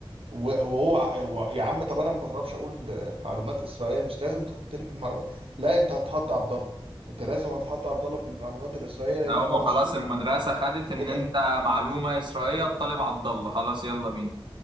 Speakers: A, on the right; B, on the right.
A: و- وهو ع- هو- يا عم طب انا ما بعرفش اقول آه، معلومات اسرائيليه مش لازم تحطني في المعلومات لا انت هتحط عبد الله انت لازم هتحط عبد الله في المعلومات الاسرائيليه لان
B: هو
A: احنا واثقين
B: خلاص المدرسة
A: فيه
B: خدت إن
A: إلا-
B: أنت معلومة إسرائيلية الطالب عبد الله خلاص يلا بينا